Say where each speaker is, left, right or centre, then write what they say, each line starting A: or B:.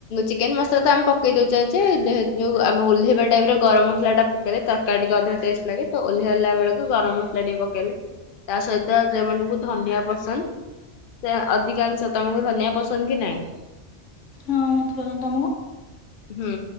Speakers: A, on the left; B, on the left.
A: ଚିକେନ ମସଲା ତ ଆମେ ପକେଇ ଦଉଚଚେ ଯେହେତୁ ଆମେ ଓହ୍ଲେଇବା ଟାଇମ ରେ ଗରମ ମସଲା ଟା ପକେଇଲେ ତରକାରୀ ଟିକେ ଅଧିକ ଟେଷ୍ଟ ଲାଗେ, ତ ଓହ୍ଆ ହେଲା ବଳକୁ ଗରମ ମସଲା ଟିକେ ପକେଇଲେ। ତା ସହିତ ଯୋଉ ମାନଙ୍କୁ ଧନିଆ ପସନ୍ଦ। ସେୟା ଅଧିକାଂଶ ତମକୁ ଧନିଆ ପସନ୍ଦ କି ନାଇଁ।
B: ହଁ ମତେ ପସନ୍ଦ ତ।
A: ହୁଁ